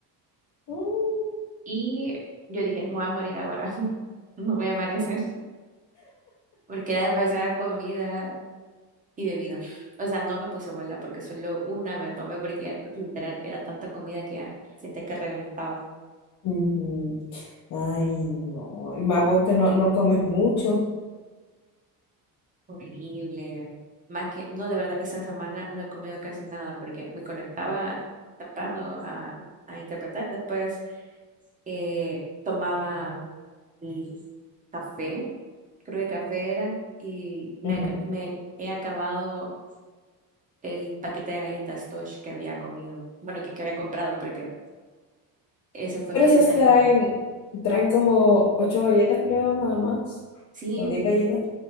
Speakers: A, on the left; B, on the right.
A: Mm.
B: Y yo dije, me voy a morir ahora. <laughs> No voy a amanecer. Porque era demasiada comida. y bebida. O sea, no me puse abuela porque solo una me tomé porque ya, literal era tanta comida que ya sentía que reventaba.
A: Ujú. Ay, no. Y más vos que no, no comes mucho.
B: Horrible. Más que, no, de verdad, esta semana no he comido casi nada porque me conectaba temprano a, a interpretar. Después eh, tomaba el café, creo que café era, y me,
A: Ujú.
B: ac- me he acabado el paquete de galletas Tosh que había comido, bueno, que, que había comprado porque ese fue
A: Pero
B: mi
A: esas
B: desayuno.
A: traen, traen como ocho galletas, creo, nada más.
B: Sí,
A: O diez galletas.